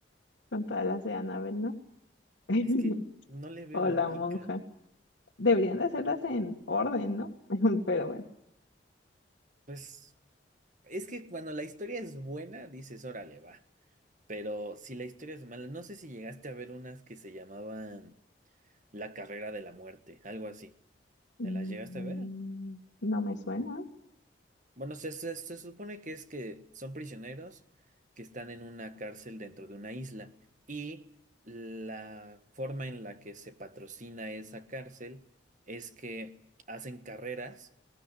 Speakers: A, on the left; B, on the right.
A: con todas las de Annabelle, ¿no? <laughs>
B: Es que no le veo
A: O
B: lógica.
A: la monja. Deberían de hacerlas en orden, ¿no? <laughs> Pero bueno,
B: Pues es que cuando la historia es buena, dices, órale, va. Pero si la historia es mala, no sé si llegaste a ver unas que se llamaban La carrera de la muerte, algo así.
A: Mm,
B: ¿Me las llegaste a ver?
A: no me suena.
B: Bueno, se, se, se supone que es que son prisioneros que están en una cárcel dentro de una isla y la forma en la que se patrocina esa cárcel es que hacen carreras